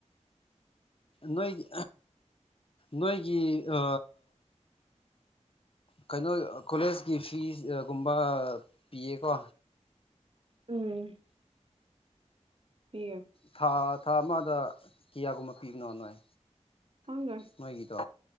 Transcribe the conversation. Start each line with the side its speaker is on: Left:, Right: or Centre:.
Left: ꯅꯣꯏꯒꯤ ꯅꯣꯏꯒꯤ ꯑ ꯀꯩꯅꯣ ꯀꯣꯂꯦꯖꯀꯤ ꯐꯤꯁꯒꯨꯝꯕ ꯄꯤꯌꯦꯀꯣ
Right: ꯎꯝ ꯄꯤꯌꯦ
Left: ꯊꯥ ꯊꯥ ꯑꯃꯗ ꯀꯌꯥꯒꯨꯝꯕ ꯄꯤꯕꯅꯣ ꯅꯣꯏ
Right: ꯈꯪꯗꯦ
Left: ꯅꯣꯏꯒꯤꯗꯣ